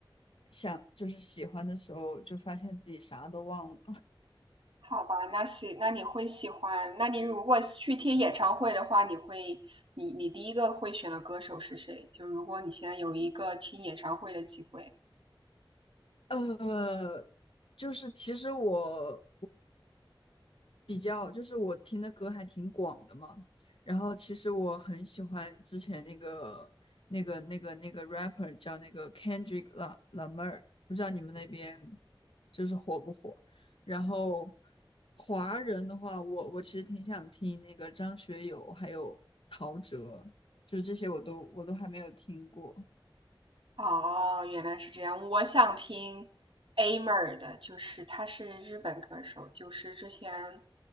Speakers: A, on the left; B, on the right.
A: 想就是喜欢的时候，就发现自己啥都忘了。
B: 好吧，那喜那你会喜欢？那你如果去听演唱会的话，你会你你第一个会选的歌手是谁？就如果你现在有一个听演唱会的机会。
A: 呃，就是其实我比较就是我听的歌还挺广的嘛，然后其实我很喜欢之前那个那个那个那个 rapper 叫那个 Kendrick La Lamar，不知道你们那边就是火不火？然后华人的话，我我其实挺想听那个张学友还有陶喆，就是这些我都我都还没有听过，
B: 哦，原来是这样。我想听 A 妹儿的，就是他是日本歌手，就是之前